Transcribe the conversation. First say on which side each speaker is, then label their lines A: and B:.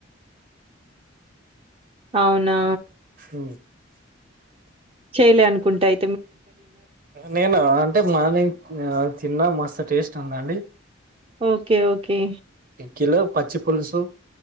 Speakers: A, on the right; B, on the right.
A: అవునా
B: హ
A: చెయలే అనుకుంటాయి
B: నేను అంటే మార్నింగ్ తిన్న మస్తు టేస్ట్ ందండి
A: ఓకే ఓకే
B: కిలో పచ్చి పులుసుు